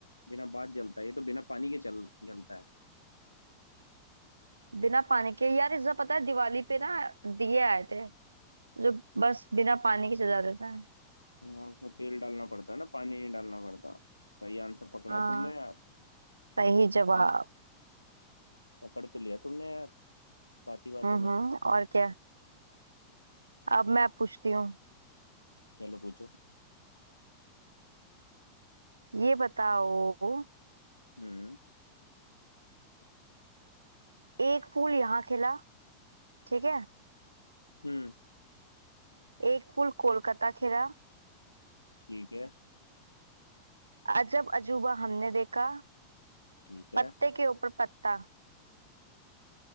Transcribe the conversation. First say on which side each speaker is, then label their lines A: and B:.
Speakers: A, on the left (about 80°); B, on the right (about 75°).
A: बिना बात जलता है ये तो बिना पानी के चल जलता है
B: बिना पानी के यार इस बार पता है दिवाली पे ना दिए आए थे जो बस बिना पानी के चल जाते थे
A: हाँ, उसमें तेल डालना पड़ता है ना पानी नहीं डालना पड़ता सही आंसर पकड़ा
B: हाँ
A: है तुमने यार
B: सही जवाब
A: अन पकड़ तो लिया तुमने यार बाती बातों
B: हम्म
A: में
B: हम्म और क्या अब मैं पूछती हूँ
A: चलो पूछो
B: ये बताओ
A: हम्म
B: एक फूल यहाँ खिला ठीक है
A: हम्म
B: एक फूल कोलकाता खिला
A: ठीक है
B: अजब अजूबा हमने देखा
A: ठीक है
B: पत्ते के ऊपर पत्ता